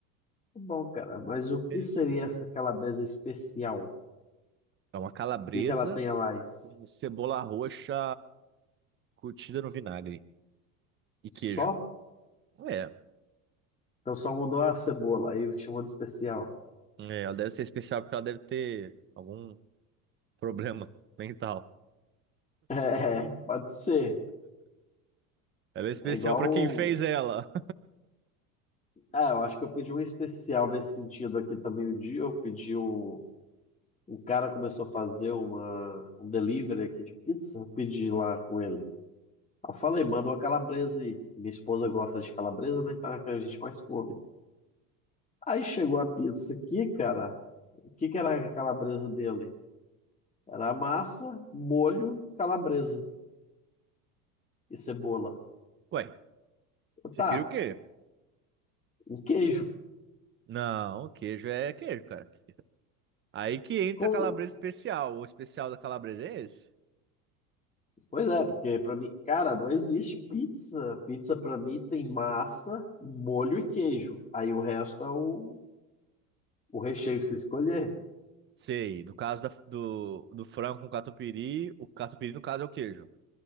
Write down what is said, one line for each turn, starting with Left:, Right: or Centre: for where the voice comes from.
Left: Tá Bom, cara, mas
Right: bem
Left: o
Right: diferentinho.
Left: que seria essa calabresa especial? O
Right: É uma calabresa
Left: que que ela tem a mais?
Right: com cebola roxa curtida no vinagre e
Left: Só?
Right: queijo. É,
Left: Então só mudou a cebola, aí chamou de especial. <laughs>
Right: é, ela deve ser especial porque ela deve ter algum problema <laughs> mental.
Left: É, pode ser.
Right: Ela é especial
Left: É igual.
Right: pra quem
Left: o-
Right: fez ela.
Left: Ah, eu acho que eu pedi um especial nesse sentido aqui também um dia. Eu pedi um. O cara começou a fazer uma, um delivery aqui de pizza. Eu pedi lá com ele. Eu falei, manda uma calabresa aí. Minha esposa gosta de calabresa, né? Então é a que a gente mais come. Aí chegou a pizza aqui, cara. O que que era a calabresa dele? Era massa, molho, calabresa e cebola.
Right: <laughs> Ué, você
Left: Tá,
Right: queria o quê?
Left: um queijo.
Right: Não, queijo é queijo, cara. Aí que entra
Left: Como...
Right: a calabresa especial. O especial da calabresa é esse?
Left: Pois é, porque pra mim, cara, não existe pizza. Pizza pra mim tem massa, molho e queijo. Aí o resto é o, o recheio que você escolher.
Right: Sei. No caso da- do, do frango com catupiry, o catupiry no caso é o queijo.